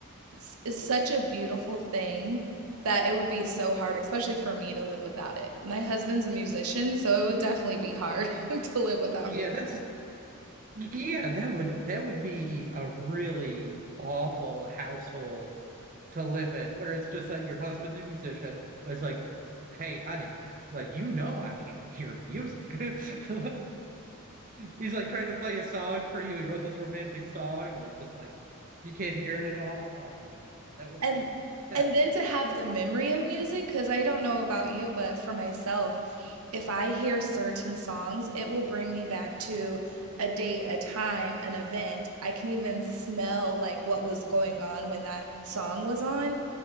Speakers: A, on the right; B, on the right.
A: s- is such a beautiful thing that it would be so hard, especially for me to live without it. My husband's a musician, so it would definitely be hard <laughs> to live without
B: Yeah,
A: music.
B: that's yeah, that would that would be a really awful household to live in, where it's just like your husband's a musician, but it's like, hey, honey, like you know I can't hear music. <laughs> He's like trying to play a song for you. He wrote this romantic song and it just like you can't hear it at all. Oh no, no, no. That would
A: And
B: be that
A: and then to have the memory of music, because I don't know about you, but for myself, if I hear certain songs, it will bring me back to a date, a time, an event. I can even smell like what was going on when that song was on.